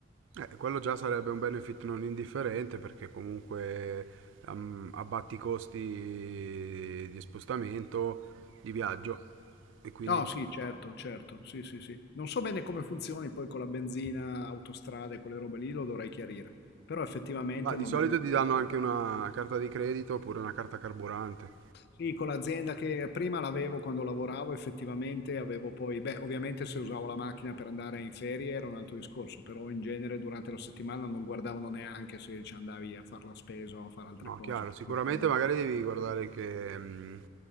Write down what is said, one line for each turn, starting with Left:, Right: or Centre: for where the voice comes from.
Right: Eh, quello già sarebbe un benefit non indifferente perché comunque am- abbatti i costi di spostamento, di viaggio e quindi...
Left: No, sì, certo, certo, sì, sì, sì. Non so bene come funzioni poi con la benzina, autostrade, quelle robe lì, lo dovrei chiarire, però effettivamente
Right: Ma di
Left: non
Right: solito
Left: è una
Right: ti danno anche
Left: roba.
Right: una carta di credito oppure una carta carburante.
Left: Sì, con l'azienda che prima l'avevo quando lavoravo, effettivamente avevo poi, beh, ovviamente se usavo la macchina per andare in ferie era un altro discorso, però in genere durante la settimana non guardavano neanche se ci andavi a fare la spesa o a fare altre
Right: No,
Left: cose,
Right: chiaro,
Left: per
Right: sicuramente
Left: cui comunque.
Right: magari devi guardare che mh,